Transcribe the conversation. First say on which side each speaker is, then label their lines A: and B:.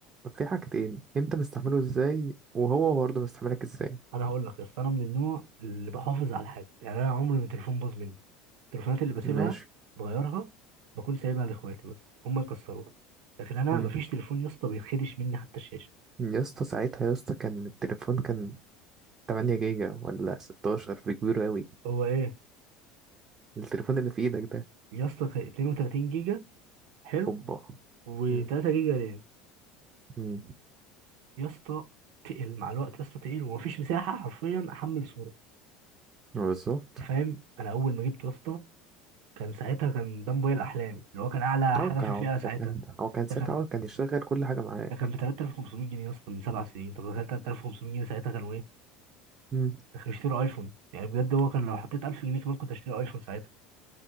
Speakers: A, on the right; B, on the right.
A: في حاجتين انت مستعمله ازاي وهو برضه مستعملك ازاي
B: أنا هقول لك يا أسطى أنا من النوع اللي بحافظ على حاجة يعني أنا عمري ما التليفون باظ مني التليفونات اللي بسيبها
A: ماشي
B: بغيرها بكون سايبها لاخواتي مثلا هم يكسروها لكن انا
A: مم.
B: مفيش تليفون يا اسطى بيتخدش مني حتى الشاشه
A: يا اسطى ساعتها يا اسطى كان التليفون كان 8 جيجا ولا 16 في كبير قوي
B: هو ايه
A: التليفون اللي في ايدك ده
B: يا اسطى كان 32 جيجا حلو
A: اوبا
B: و3
A: مم.
B: جيجا رام
A: مم.
B: يا اسطى تقل مع الوقت يا اسطى تقل ومفيش مساحه حرفيا احمل صوره
A: بالظبط
B: انت فاهم انا اول ما جبته يا اسطى كان ساعتها كان ده موبايل احلامي اللي هو كان اعلى
A: هو
B: حاجه
A: كان
B: في الفئه ساعتها
A: هو كان هو كان ساعتها
B: ده كان
A: هو كان يشغل كل حاجة معاك
B: ده كان ب 3500 جنيه يا اسطى من سبع سنين طب تخيل 3500 جنيه ساعتها كانوا ايه؟
A: مم.
B: ده كانوا يشتروا ايفون يعني بجد هو كان لو حطيت 1000 جنيه كمان كنت اشتري ايفون ساعتها